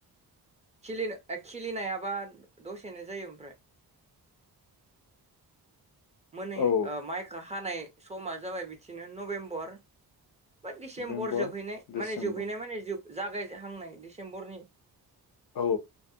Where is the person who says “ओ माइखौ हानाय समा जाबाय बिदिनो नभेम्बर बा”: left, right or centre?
Right